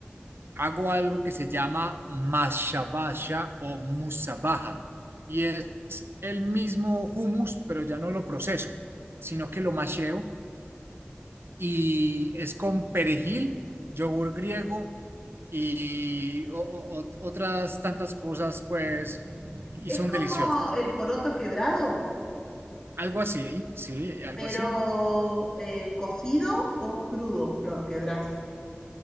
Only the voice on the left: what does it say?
Es
como
el poroto quebrado,
pero
eh, cocido o crudo lo quebrás.